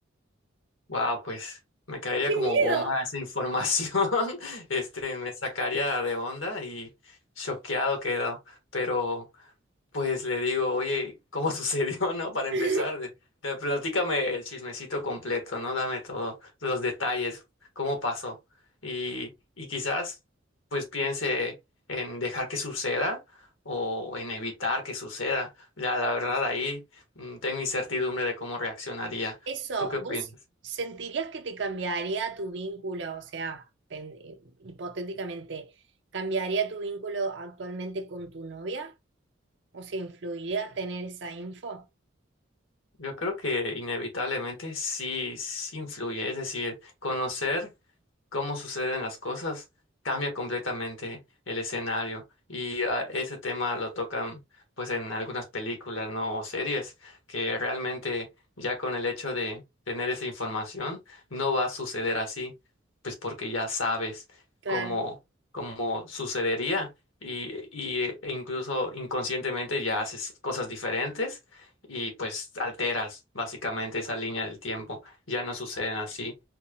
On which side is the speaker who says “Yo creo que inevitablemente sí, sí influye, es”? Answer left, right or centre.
Left